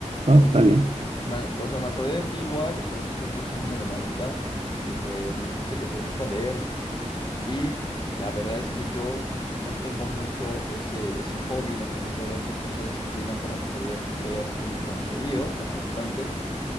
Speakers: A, on the right (about 55°); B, on the left (about 40°).
A: No,
B: Oye,
A: está bien.
B: y me- o sea, me acordé de ti igual, por eso te ando echando una llamadita de que me dijiste que te gusta leer. Y la verdad es que yo no tengo mucho ese, ese hobby, no tengo todavía esa, esa disciplina para poder leer como tan seguido, tan constante.